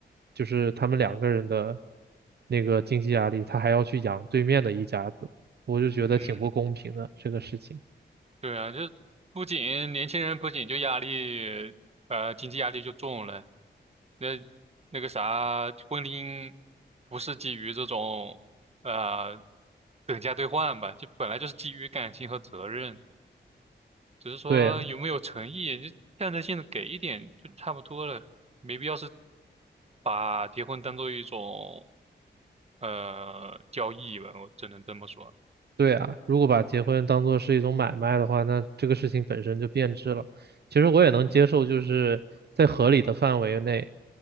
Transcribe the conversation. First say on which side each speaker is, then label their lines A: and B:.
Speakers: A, on the right; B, on the right.
A: 就是他们两个人的那个经济压力，他还要去养对面的一家子。我就觉得挺不公平的这个事情。
B: 嗯，对啊，就不仅年轻人不仅就压力，呃，经济压力就重了，那那个啥，婚姻不是基于这种，呃，等价兑换吧，就本来就是基于感情和责任，只是说有没有诚意，
A: 对呀，
B: 就象征性的给一点就差不多了，没必要是把结婚当做一种呃交易吧，我只能这么说，
A: 对呀，如果把结婚当做是一种买卖的话，那这个事情本身就变质了。其实我也能接受，就是在合理的范围内